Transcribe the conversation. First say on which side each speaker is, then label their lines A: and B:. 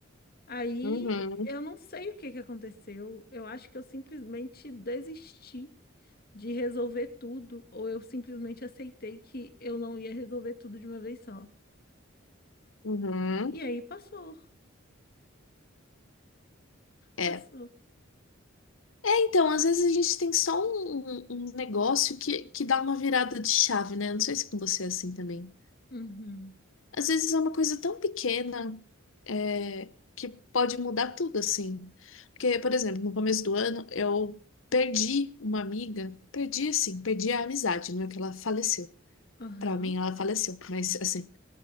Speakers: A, on the left; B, on the left.
A: Aí
B: Uhum,
A: eu não sei o que que aconteceu. Eu acho que eu simplesmente desisti de resolver tudo, ou eu simplesmente aceitei que eu não ia resolver tudo de uma vez só.
B: uhum.
A: E aí passou,
B: É.
A: passou.
B: É, então, às vezes a gente tem só um, um- um negócio que, que dá uma virada de chave, né? Não sei se com você é assim também.
A: Uhum.
B: Às vezes é uma coisa tão pequena, é, que pode mudar tudo, assim. Porque, por exemplo, no começo do ano, eu perdi uma amiga, perdi assim, perdi a amizade, não é que ela faleceu.
A: Aham,
B: Pra mim, ela faleceu, mas assim.